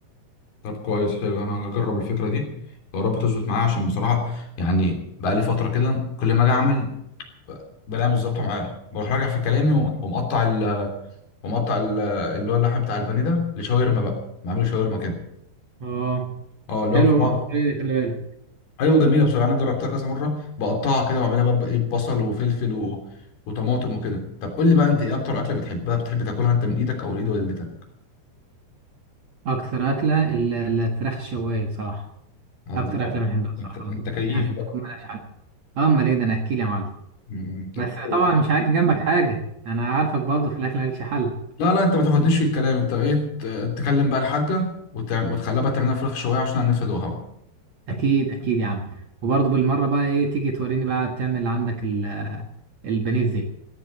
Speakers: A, on the left; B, on the right.
A: طب كويس حلو انا هجرب الفكره دي يا رب تظبط معايا عشان بصراحه يعني بقى لي فتره كده كل ما اجي اعمل ب- بلاقيها مش ظابطه معايا بروح راجع في كلامي و- ومقطع ال... ومقطع ال... اللي هو اللحم بتاع البانيه ده لشاورما بقى بعمله شاورما كده
B: اه
A: اه اللي
B: حلوة
A: هو بصراحه
B: برضه الطريقة دي خلي بالك
A: ايوه جميله بصراحه انا جربتها كذا مره بقطعها كده واعملها بقى ايه بصل وفلفل و... وطماطم وكده طب قول لي بقى انت ايه اكتر اكله بتحبها بتحب تاكلها انت من ايدك او ايد والدتك
B: اكتر اكله ال- الفراخ الشوايه صراحه
A: الله
B: اكتر اكله بنحبها صراحه
A: انت انت
B: على طول
A: كيف
B: يعني بتكون
A: بقى
B: ملهاش حل اه امال ايه ده انا اكيل يا معلم
A: مم، طب
B: بس
A: حلو.
B: طبعا مش هاجي جنبك حاجه انا عارفك برضه في الاكل مالكش حل
A: لا لا انت ما تاخدنيش في الكلام انت ايه ت- تكلم بقى الحاجه وتع- وتخليها بقى تعملها فراخ شويه عشان انا نفسي ادوقها بقى
B: اكيد اكيد يا عم وبرضه بالمره بقى ايه تيجي توريني بقى تعمل عندك ال- البانيه ازاي